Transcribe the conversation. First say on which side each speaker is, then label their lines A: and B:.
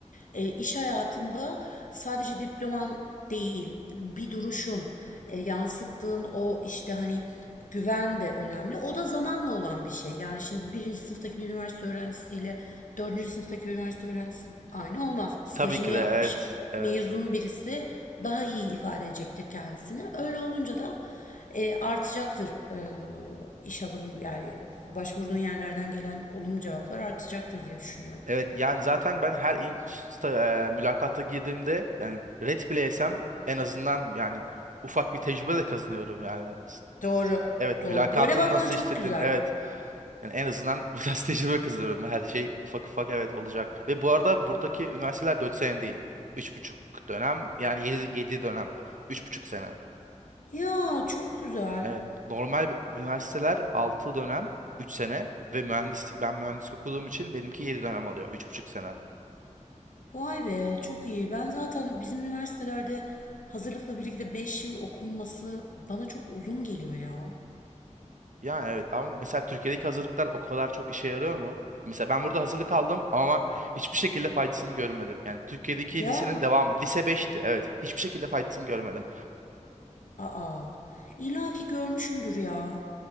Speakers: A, on the left; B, on the right.
A: e, iş hayatında sadece diploman değil, bir duruşun, e, yansıttığın o işte hani güven de önemli. O da zamanla olan bir şey. Yani şimdi birinci sınıftaki bir üniversite öğrencisiyle dördüncü sınıftaki bir üniversite öğrencisi aynı olmaz. Stajını
B: Tabii ki
A: yapmış
B: de evet. Evet.
A: mezun birisi daha iyi ifade edecektir kendisini. Öyle olunca da e, artacaktır e, iş alım yani başvurduğun yerlerden gelen olumlu cevaplar artacaktır diye düşünüyorum.
B: Evet yani zaten ben her in sta- e, mülakata girdiğimde yani red bile yesem en azından yani ufak bir tecrübe de kazanıyorum yani. S-
A: Doğru,
B: Evet
A: doğru.
B: mülakatın
A: Böyle bakman
B: nasıl
A: çok
B: işledin
A: güzel.
B: evet yani en azından <laughs> biraz tecrübe kazanıyorum her şey ufak ufak evet olacak. Ve bu arada buradaki üniversiteler 4 sene değil üç buçuk dönem yani yedi 7 dönem üç buçuk sene.
A: Ya çok güzel.
B: Evet normal bir- üniversiteler 6 dönem 3 sene ve mühendislik ben mühendislik okuduğum için benimki 7 dönem oluyor üç buçuk sene.
A: Vay be çok iyi. Ben zaten bizim üniversitelerde hazırlıkla birlikte 5 yıl okunması bana çok uzun geliyor ya.
B: Yani evet ama mesela Türkiye'deki hazırlıklar o kadar çok işe yarıyor mu? Mesela ben burada hazırlık aldım ama hiçbir şekilde faydasını görmedim. Yani Türkiye'deki
A: Ya,
B: lisenin devamı. Lise beşti, evet. Hiçbir şekilde faydasını görmedim.
A: aa. İlla ki görmüşsündür ya.